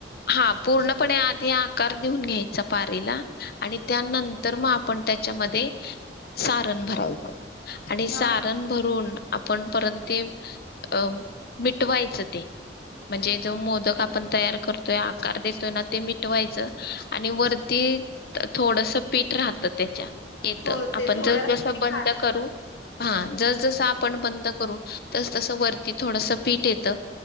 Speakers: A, on the left; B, on the left.
A: हा पूर्णपणे आधी आकार देऊन घ्यायचा पारीला. आणि त्यानंतर मग पण त्याच्यामध्ये सारण भरायच आणि सारण
B: हा हा
A: भरून आपण परंत ते अ मिटवायचं ते. म्हणजे
B: हा
A: जो मोदक आपण तयार कर तोय आकार देतोय ना ते मिटवायचं, आणि वरती थोडंसं पीठ राह त त्याच्या येतं.
B: हो ते
A: आपण
B: थोड्या
A: जस्
B: रात्री
A: जसं बंद
B: काढायचं.
A: करू हां, जस् जसं आपण बंद करू तस् तसं वरती थोडंसं पीठ येतं